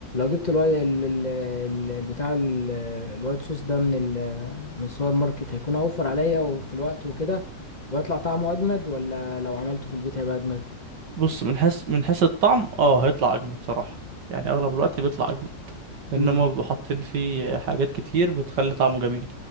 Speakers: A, on the left; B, on the right.
A: جبت الواي ال- ال- ال- البتاع ال- الوايت صوص ده من ال- من السوبر ماركت هيكون اوفر عليا وفي الوقت وكده ويطلع طعمه اجمد ولا لو عملته في البيت هيبقى اجمد
B: بص من حيث من حيث الطعم اه هيطلع اجمد صراحة يعني اغلب الوقت بيطلع اجمد لان
A: امم
B: هما بيبقوا حاطين فيه حاجات كتير بتخلي طعمه جميل